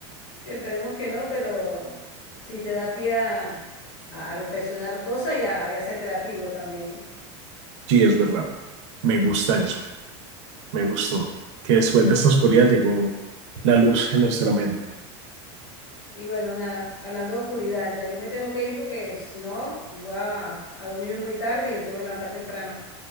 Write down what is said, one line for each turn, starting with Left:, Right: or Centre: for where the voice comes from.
Left: Esperemos que no, pero sí te da pie a, a- a reflexionar cosas y a, y a ser creativo también.
Right: Sí, es verdad. Me gusta eso. Me gustó que después de esta oscuridad llegó la luz en nuestra mente.
Left: Y bueno, nada, hablando de oscuridad, ya yo me tengo que ir porque si no, voy a, a dormirme muy tarde y me tengo que levantar temprano.